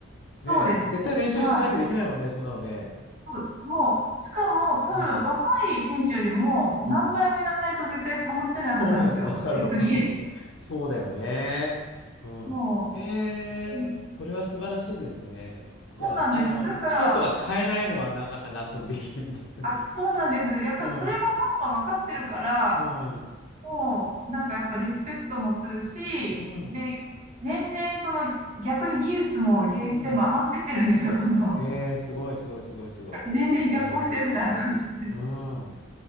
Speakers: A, on the right; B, on the left.
A: そうです。
B: ね、絶対練習してなきゃできないもんね、
A: は
B: そんなのね。
A: い。もう、もうしかも多分若い選手よりも何倍もやらないと絶対保ってないはずなんですよ。
B: うん、うん。そうだよ、<laughs> わかるわかるわかる。
A: 逆に。
B: そうだよね。うん。
A: も
B: えー、
A: う、うん
B: それは素晴らしいですね。いや、
A: そうなんです。
B: あの、
A: だから、
B: チケットが買えないのはな、なんか納得できるみたいな。
A: あ、そうなんです。
B: <laughs>
A: やっぱりそれもファンは分かってるから、
B: うん、うん、
A: もう、なんかやっぱリスペクトもするし、
B: うん、
A: で、年々その逆に技術も芸術性も上がってってるんですよ、
B: うん。
A: どんどん。
B: えー、すごい、すごい、すごい、すごい。
A: 年々逆行してるみたいな感じで。
B: えー、うん。